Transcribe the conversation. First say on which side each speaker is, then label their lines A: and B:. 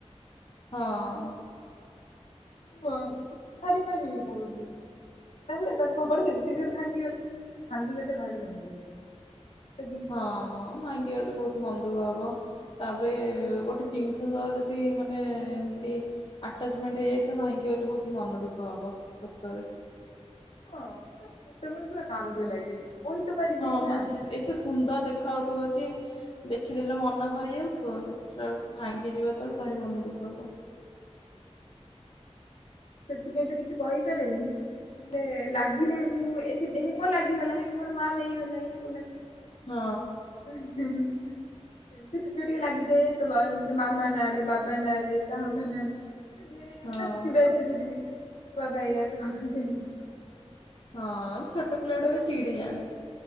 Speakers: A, on the left; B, on the left.
A: ହଁ।
B: <inaudible> ନେଲେ ତାକୁ ଫୋପାଡି ଦେବି ସେ ସେଠୁ ଭାଙ୍ଗିଗଲା, ଭାଙ୍ଗିଗଲେ ଭାରି ମନ ଦୁଃଖ। ଗୋଟେ ଜିନିଷଟେ
A: ହଁ ଭାଙ୍ଗି ଗଲେ ବହୁତ ମନ ଦୁକ ହବ। ତାପରେ ଗୋଟେ ଜିନିଷ ସହ ଯଦି ମାନେ ଏମତି ଆଟାଚମେଣ୍ଟ ହେଇଯାଇଥାଏ ଭାଙ୍ଗିଗଲେ ବହୁତ ମନ ଦୁଃଖ ହବ ସତରେ।
B: ହଁ ମତେ ବି ପୁରା କାନ୍ଦ ଲାଗେ କହିତ ପାରିବିନି
A: ହଁ
B: ନା
A: ବାସ୍
B: ଯା ଲେ
A: ଏତେ ସୁନ୍ଦର ଦେଖାହଉଥିବ ଯେ ଦେଖିଦେଲେ ମନ ଭରି ଯାଉଥିବ ଦେଖିଲା ବେଳକୁ ଭାଙ୍ଗିଯିବ ଯେତେବେଳେ ଭାରି ମନ ଦୁଃଖ ହବ।
B: ସେଥିପାଇଁ ତ କିଛି କହିପାରେନି। ହେଲେ ଲାଗିଲେ ମୁଁ ଏମିତି ଦେହେ ମୋ ଲାଗିଗଲା ଇଏ ମୋର ମା ନେଇଗଲା ଇଏ କଲା ସିଏ କଲା।
A: ହଁ।
B: <unintelligible> ଏମତି ଟିକେ ଟିକେ ଲାଗିଯାଏ। ତୋ ବା ମାମା ନାଁରେ ବାବା ନାଁ ରେ ତା ବାବା ନାହାନ୍ତି। ଭିଣେଇ
A: ହଁ
B: ନା ଚିଡ଼ାଏ ଚିଡ଼ିଏ ଟିକେ ବାବା ଏଇଆ <unintelligible>
A: ହଁ ଛୋଟ ପିଲା ଡ଼ା ବି ଚିଡ଼ି ଯାଆନ୍ତି।